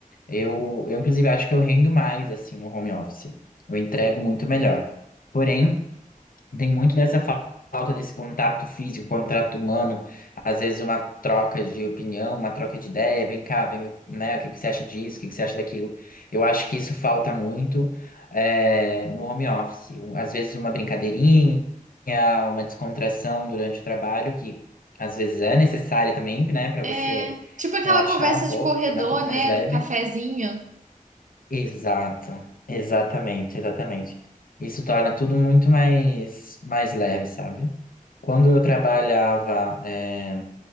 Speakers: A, on the left (about 80°); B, on the right (about 60°).
A: Eu, eu, inclusive, acho que eu rendo mais, assim, no home office. Eu entrego muito melhor. Porém, Tem muito dessa fa- falta desse contato físico, contato humano, às vezes uma troca de opinião, uma troca de ideia, vem cá, vem, né, o que que você acha disso, o que que você acha daquilo. Eu acho que isso falta muito, é, no home office. Às vezes uma brincadeirinha, uma descontração durante o trabalho, que às vezes é necessária também, né, para
B: É,
A: você
B: tipo aquela
A: relaxar
B: conversa
A: um pouco,
B: de corredor,
A: tornar tudo mais
B: né?
A: leve.
B: Do cafezinho.
A: Exato, exatamente, exatamente. Isso torna tudo muito mais, mais leve, sabe? Quando eu trabalhava, eh,